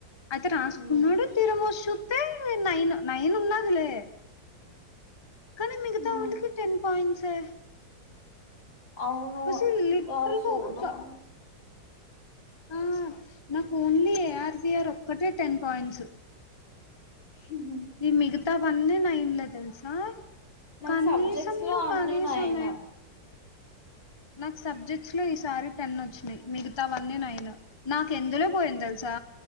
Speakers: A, on the left (about 15°); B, on the left (about 80°).
A: అయితే రాసుకున్నాడు
B: ఉమ్,
A: తీరా వచ్చి చూస్తే నైన్ నైన్ ఉన్నది లే కానీ మిగతావాళ్ళకి
B: ఉమ్.
A: టెన్ పాయింట్స్ ఏ
B: అవును
A: అసలు లిటరల్
B: దాని సోది
A: గా ఒక్క
B: దాన్ <unintelligible>
A: ఆ నాకు ఓన్లీ ఏఆర్ బిఆర్ ఒక్కటే టెన్ పాయింట్స్
B: హుహు
A: ఇంకా మిగతా వన్నీ నైన్లే తెలుసా
B: నాకు
A: కనీసంలో
B: సబ్జెక్ట్స్ లో
A: కనీసమే
B: అన్ని నైన్
A: నాకు సబ్జెక్ట్స్ లో ఈసారి టెన్ వచ్చినాయి మిగతావన్నీ నైన్ నాకు ఎందులో పోయింది తెలుసా